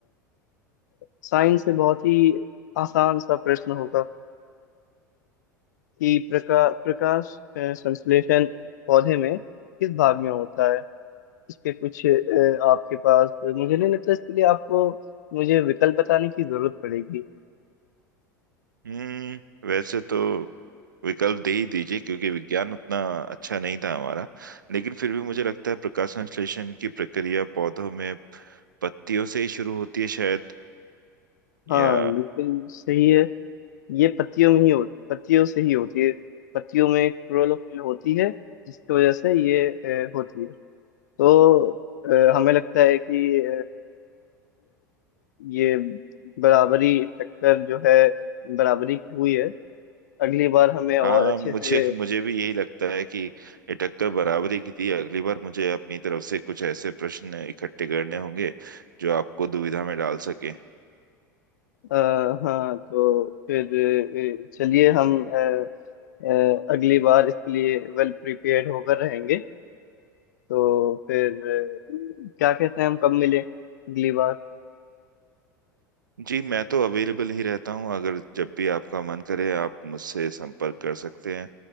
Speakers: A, on the left; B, on the right.
A: साइंस से बहुत ही आसान सा प्रश्न होगा कि प्रका, प्रकाश अ, संश्लेषण पौधे में किस भाग में होता है इसके कुछ अ, आपके पास मुझे नहीं लगता इसके लिए आपको मुझे विकल्प बताने की जरूरत पड़ेगी
B: हम्म वैसे तो विकल्प दे ही दीजिए क्योंकि विज्ञान उतना अच्छा नहीं था हमारा लेकिन फिर भी मुझे लगता है प्रकाश संश्लेषण की प्रक्रिया पौधों में पत्तियों से ही शुरू होती है शायद
A: हाँ
B: या
A: बिल्कुल सही है ये पत्तियों में ही हो पत्तियों से ही होती है पत्तियों में क्लोरोफिल होती है जिसकी वजह से ये अ, होती है तो अ, हमें लगता है कि ये बराबरी टक्कर जो है बराबरी की हुई है अगली बार हमें और
B: हाँ
A: अच्छे
B: मुझे
A: से
B: मुझे भी यही लगता है कि ये टक्कर बराबरी की थी अगली बार मुझे अपनी तरफ से कुछ ऐसे प्रश्न इकट्ठे करने होंगे जो आपको दुविधा में डाल सके
A: आ, हाँ तो फिर अ, चलिए हम अ, अ, अगली बार इसके लिए वेल प्रिपेयर्ड होकर रहेंगे तो फिर अ, क्या कहते हैं हम कब मिले अगली बार
B: जी मैं तो अवेलेबल ही रहता हूँ अगर जब भी आपका मन करे आप मुझसे संपर्क कर सकते हैं